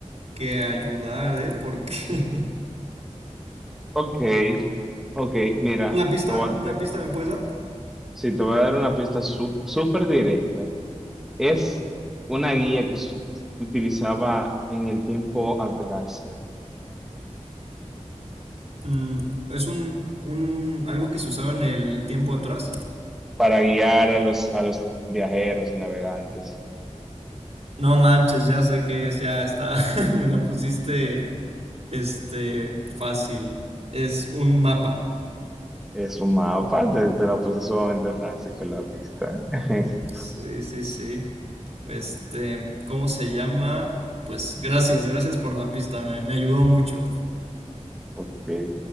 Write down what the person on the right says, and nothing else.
que ayudar, eh, porque... <laughs>
¿Una pista?
¿Una
pista me puedes dar?
Mm, es un, un... algo que se usaba en el tiempo atrás.
No manches, ya sé qué es, ya está. <laughs> Me la pusiste, este, fácil. Es un mapa.
Sí, sí, sí. Este, ¿cómo se llama? Pues gracias, gracias por la pista, me, me ayudó mucho.